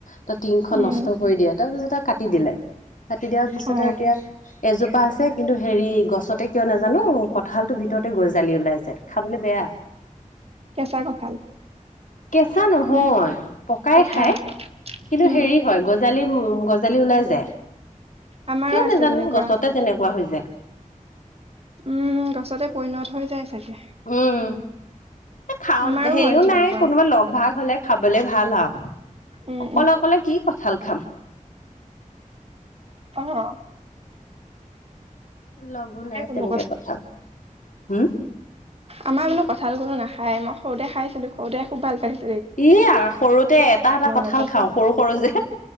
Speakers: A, on the left; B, on the right.
A: ত' টিংখন
B: উম
A: নষ্ট কৰি দিয়ে, তাৰপিছতে কাটি দিলে। কাটি দিয়াৰ পিছত
B: অ
A: আৰু এতিয়া এজোপা আছে কিন্তু হেৰি গছতে কিয় নাজানোঁ কঁঠালটোৰ ভিতৰতে গজালি ওলাই যায়, খাবলছ বেয়া।
B: কেঁচা কঁঠাল
A: কেঁচা নহয়
B: নে
A: পকাই
B: পকা
A: খায় কিন্তু
B: উম
A: হেৰি হয়। গজালি উম, গজালি ওলাই যায়।
B: আমাৰো
A: কিয়
B: আছে
A: নাজানোঁ
B: তেনেকুৱা
A: গছতে তেনেকুৱা হৈ যায়।
B: উম, গছতে পৰিণত হৈ যায় চাগে।
A: উম, খাওঁ
B: আমাৰো
A: হেৰিও
B: হয় তেনেকুৱা
A: নাই কোনোবা লগ-ভাগ হ'লে খাবলে ভাল আৰু
B: উম
A: অকলে-অকলে কি কঁঠাল খাম।
B: অহ।
A: লগো
B: নাখাই
A: নাই
B: কোনো
A: তেনেকে কঁঠাল। হম?
B: আমাৰ বোলো কঁঠাল কোনো নাখায়। মই সৰুতে খাইছিলো‌‌, সৰুতে খুব ভাল পাইছিলোঁ।
A: ই সৰুতে এটা-এটা কঁঠাল
B: নাযায়
A: খাওঁ সৰু-সৰু যে